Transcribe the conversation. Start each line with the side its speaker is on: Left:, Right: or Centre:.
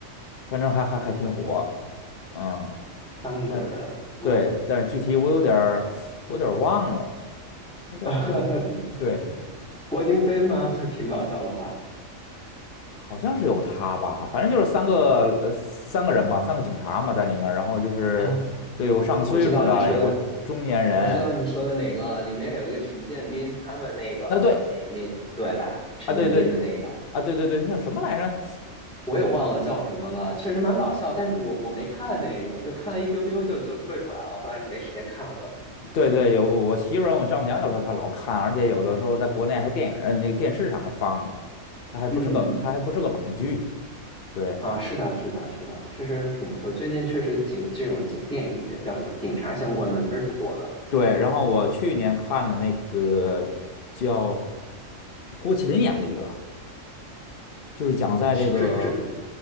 Left: 反正还还还挺火，嗯，
Centre: 三个人。
Left: 但
Centre: 嗯，
Left: 对，但是具体我有点儿我有点儿忘了，他叫什么？
Centre: <laughs>
Left: 对。
Centre: 郭京飞吗？<laughs> 挺搞笑的话。
Left: 好像是有他吧，反正就是三个呃三个人嘛，三个警察嘛在里面儿然后就是对有上岁数的，
Centre: 哦，我知道你说的，
Left: 有个中年人，
Centre: 我知道你说的哪个，里面有一个陈建斌，他们那个那个那个，
Left: 那对
Centre: 对吧？陈建斌的那个，
Left: 啊对对啊对对对，那叫什么来着？
Centre: 我也忘了叫什么了，确实蛮搞笑。但是我我没看那个，我就看了一丢丢就就退出来了，后来就没时间看了。
Left: 对对，有我媳妇儿我丈母娘有时候她老看，而且有的时候在国内还电影儿呃那个电视上还放了，它还不是个它还不是个网剧，
Centre: 嗯，
Left: 对
Centre: 啊，是的，是的，是的，确实挺不错。最近确实警这种警电影呃叫什么警察相关的，确实挺多的。
Left: 对，然后我去年看的那个叫就郭麒麟演的一个，就是讲在这个。
Centre: 赘赘